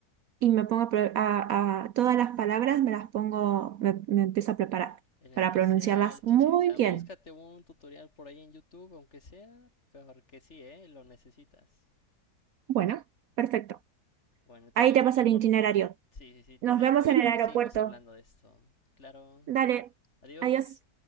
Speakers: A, on the right; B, on the left.
A: y me pongo a, pro- a- a- todas las palabras, me las pongo, me, me empiezo a preparar
B: En especial,
A: para pronunciarlas muy
B: Chichen Itzá.
A: bien.
B: Búscate un tutorial por ahí en YouTube, aunque sea, porque sí, ¿eh? Lo necesitas.
A: Bueno, Perfecto.
B: Bueno, entonces
A: Ahí te pasa
B: mejor
A: el itinerario.
B: Sí, sí, sí, te
A: Nos
B: dejo
A: vemos en
B: y luego
A: el <laughs> aeropuerto.
B: seguimos hablando de esto. Claro.
A: Dale,
B: Adiós.
A: adiós.